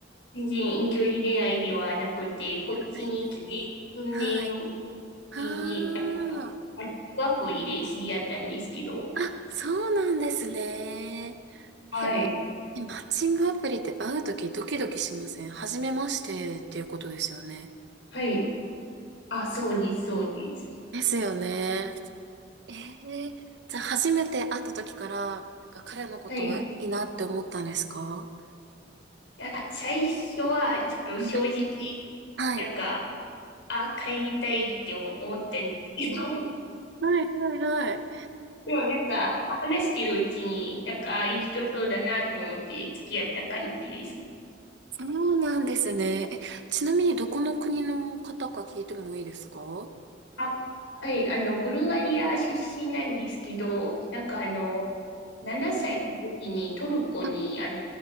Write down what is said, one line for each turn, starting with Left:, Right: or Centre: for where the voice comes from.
Left: 全然遠距離恋愛ではなくて、こっちに来て数年
Right: ではないですね。はい。あ
Left: 前に、あの、
Right: あ。
Left: マッチングアプリで知り合ったんですけど、
Right: あ、そうなんですね。
Left: はい。
Right: へえ。マッチングアプリって会うときドキドキしません初めましてっていうことですよね。
Left: はい。あ、そうです、そうです。
Right: ですよね。ええじゃあ初めて会ったときから、彼のことはいいなって思ったんですか
Left: はい。いや、最初はちょっと正直、
Right: はい。はい。
Left: なんか、あ、帰りたいって思ったんですけど、
Right: はいはいはい。
Left: <laughs> でもなんか、話してるうちに、なんか、あいい人そうだなと思って付き合った感じですね
Right: そうなんですね。え、ちなみにどこの国の方か聞いてもいいですかは
Left: あ、はい、あの、ブルガリア出身なんですけど、なんかあの、7歳の時にトルコにあの
Right: い。